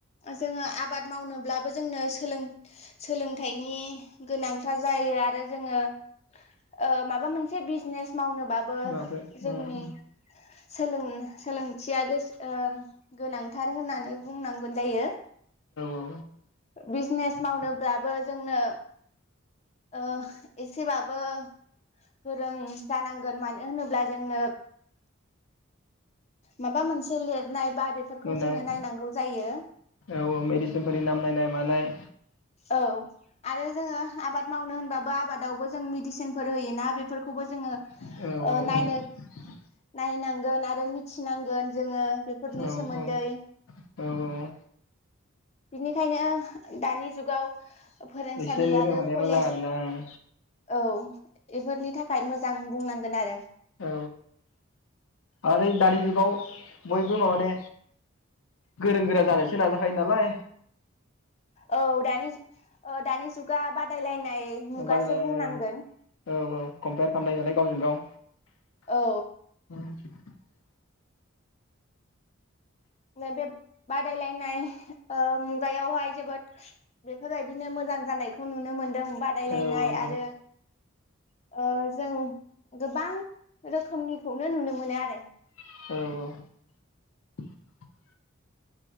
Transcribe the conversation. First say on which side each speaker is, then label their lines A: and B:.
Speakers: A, on the left; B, on the left.
A: जोङो ओ आबाद मावनोब्लाबो जोंनो सोलों सोलोंथाइनि गोनांथार जायो आरो जोङो ओ माबा मोनसे बिजनेस मावनोबाबो
B: माबाफोर औ
A: जोंनि सोलों सोलोंथिया गोसो ओ गोनांथार होननानै बुंनांगोन जायो
B: औ
A: बिजनेस मावनोब्लाबो जोंनो ओ एसेबाबो गोरों जानांगोन मानो होनोब्ला जोंनो माबा मोनसे लिरनाय बा बेफोरखौ
B: होनाय
A: जोङो नायनांगौ जायो
B: औ मेडिसिनफोरनि नाम नायनाय मानाय
A: औ आरो जोङो आबाद मावनो होनबा बा आबादावबो जों मेडिसिनफोर होयो ना बेफोरखौबो जोङो
B: औ औ
A: ओ नायनो
B: औ
A: नायनांगोन आरो मिथिनांगोन जोङो बेफोरनि
B: औ
A: सोमोन्दै
B: औ औ औ
A: बिनिखायनो दानि जुगाव फोरोंसालि
B: एसे एनै
A: आरो
B: रों हानाया
A: कलेज
B: मोजां आरो ना उम
A: औ एफोरनि थाखाय मोजां बुंनांगोन आरो
B: औ आरो दानि बयबो माने गोरों गोरा जानोसो नाजाखायो नालाय
A: औ दानि दानि जुग गा बादायलायनाय मुगासो
B: बादायलायनाय
A: बुंनांगोन
B: औ औ कमपियार खालामनाय गावजों गाव
A: औ
B: <inaudible>
A: बे बादायलायनाय ओ मुगायावहाय जोबोद बेफोर बायदि बिदिनो मोजां जानायखौ नुनो मोन्दों बादायलायनाय
B: औ औ
A: आरो ओ जों गोबां रोखोमनिखौनो नुनो मोनो आरो
B: औ